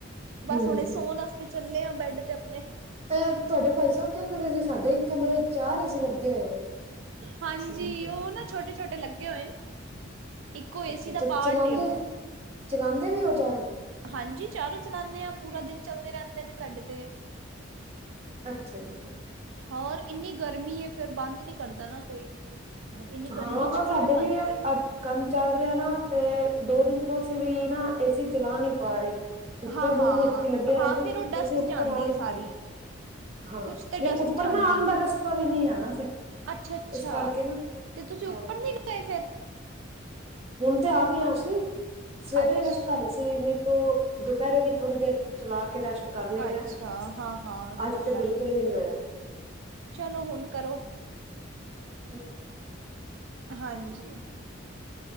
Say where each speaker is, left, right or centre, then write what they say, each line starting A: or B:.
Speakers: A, on the right; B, on the right.
A: ਬਸ
B: ਹਮ
A: ਹੁਣੇ ਸੋਣਸ ਤੇ ਚੱਲੇ ਆ ਬੈਡ ਤੇ ਆਪਣੇ
B: ਤੇ ਤੁਹਾਡੇ ਭਾਈ ਸਾਹਿਬ ਕਹਿੰਦੇ ਪ ਜੇ ਸਾਡੇ ਕਮਰੇ ਚਾਰ ਐਸੀ ਲੱਗੇ ਜ
A: ਹਾਂਜੀ ਉਹ ਨਾ ਛੋਟੇ ਛੋਟੇ ਲੱਗੇ ਹੋਏ ਨੇ ਇੱਕੋ ਏਸੀ
B: ਅੱਛਾ
A: ਦਾ ਪਾਰਟ
B: ਚਲਾਉਂਦੇ
A: ਉਹ
B: ਚਲਾਉਂਦੇ ਵੀ ਉਹ ਚਾਰੋਂ
A: ਹਾਂਜੀ ਚਾਰੋਂ ਚਲਾਉਦੇ ਹਾਂ ਪੂਰਾ ਦਿਨ ਚਲਦੇ ਰਹਿੰਦੇ ਨੇ ਸਾਡੇ ਤੇ
B: ਅੱਛਾ ਜੀ
A: ਹੋਰ ਇੰਨੀ ਗਰਮੀ ਹੈ ਫੇਿਰ ਬੰਦ ਨੀ ਕਰਦਾ ਨਾ ਕੋਈ ਇੰਨੀ ਗਰਮੀ
B: ਹਾਂ
A: ਚ
B: ਪਰ
A: ਕਿਵੇਂ
B: ਸਾਡੇ
A: ਬੰਦ
B: ਵੀ
A: ਕਰੀਏ
B: ਕੰਮ ਚੱਲ ਰਿਹਾ ਨਾ ਤੇ ਦੋ ਦਿਨ ਤੋਂ ਅਸੀਂ ਵੀ ਨਾ ਏਸੀ ਚਲਾ ਨਹੀਂ ਪਾ ਰਹੇ ਉੱਪਰ
A: ਹਾਂ
B: ਰੂਮ
A: ਹਾਂ
B: ਏਸੀ ਲੱਗਿਆ
A: ਹਾਂ
B: ਹੋਇਆ ਨਾ
A: ਫੇਰ
B: ਤੇ
A: ਉਹ ਡਸਟ
B: ਅਸੀਂ ਉੱਪਰ
A: ਜਾਂਦੀ
B: ਆ ਨੀ
A: ਹੈ ਸਾਰੀ
B: ਪਾਦੇ ਹਾਂ
A: ਕੁਛ ਤੇ
B: ਨਹੀਂ
A: ਡਸਟ
B: ਉੱਪਰ
A: ਜਾਂਦੀ
B: ਨਾ ਆਉਣ ਦਾ
A: ਹੈ
B: ਰਸਤਾ ਵੀ ਨਹੀਂ ਆ ਨਾ ਫਿਰ
A: ਅੱਛਾ ਅੱਛਾ
B: ਇਸ ਕਰਕੇ ਨਾ
A: ਤੇ ਤੁਸੀਂ
B: ਹਾਂ
A: ਉੱਪਰ ਨੀ ਗਏ ਫਿਰ
B: ਹੁਣ ਤੇ ਆ ਗਏ ਅਸੀਂ ਸਵੇਰੇ
A: ਅੱਛ
B: ਰਸਤਾ ਨ ਸੀ ਨ ਦੁਪਹਿਰੇ ਵੀ ਥੋੜੀ ਦੇਰ ਚਲਾ ਕੇ ਰੈਸਟ ਕਰ ਲਈਦਾ
A: ਅੱਛਾ, ਹਾਂ ਹਾਂ ਸਹੀ
B: ਅੱਜ ਤੇ
A: ਗੱਲ
B: ਬਿਲਕੁਲ
A: ਐ,
B: ਵੀ ਨਹੀਂ ਹੋਇਆ
A: ਚਲੋ ਹੁਣ ਕਰੋ।
B: <inaudible>
A: ਹਾਂਜੀ।